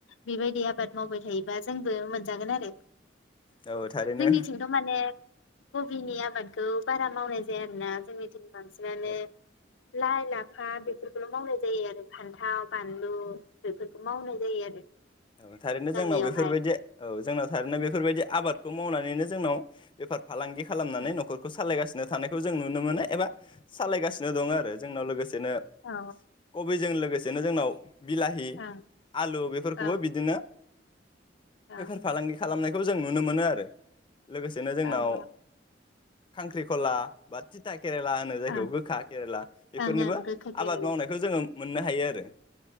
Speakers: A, on the left; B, on the left.
A: बेबायदि आबाद मावबाय थायोबा जोंबो मोनजागोन आरो।
B: औ औ थारैनो
A: जोंनिथिंथ' माने कबिनि आबाद गौ बारा मावनाय जाया आरोना, जोंनि बांसिनानो
B: औ
A: लाइ लाफा बेफोरखौल' मावनाय जायो आरो फान्थाव बानलु बेफोरखौ मावनाय जायो आरो।
B: औ थारैनो
A: गामियावहाय
B: जोंनाव बेफोरबायदि औ जोंनाव थारैनो बेफोरबायदि आबाद खौ मावनानैनो जोंनाव बेफार फालांगि खालामनानै
A: औ
B: न'खरखौ सालायगासिनो थानायखौ जों नुनो मोनो एबा सालायगास नो दं आरो जोंनाव लोगोसेनो
A: औ
B: कबिजों लोगोसे बिदिनो जोंनाव बिलाहि
A: औ
B: आलु बेफोर
A: औ
B: खौबो बिदिनो
A: औ
B: बेफार फालांगि खालामनायखौ खौ जों नुनो मोनो आरो। लोगोसेनो जोंनाव
A: औ औ
B: खांख्रिख'ला बा तिता केरेला होनो जायखौ
A: ओं
B: गोखा केरेला बेफोरनिबो
A: ओं ओं गोखा केरेला
B: आबाद मावनायखौ जोङो मोननो हायो आरो।